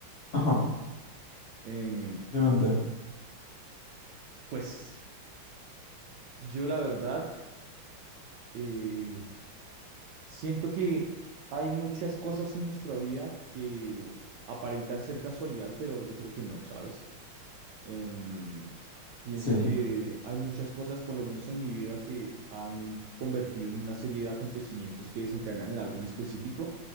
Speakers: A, on the left; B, on the right.
A: Ajá,
B: Em,
A: obviamente.
B: pues yo la verdad eh, siento que hay muchas cosas en nuestra vida que aparentan ser casualidad, pero yo creo que no, ¿sabes? Em, Pienso
A: Sí,
B: que hay muchas cosas, por lo menos en mi vida, que han convergido en una serie de acontecimientos que desencadenan en algo en específico.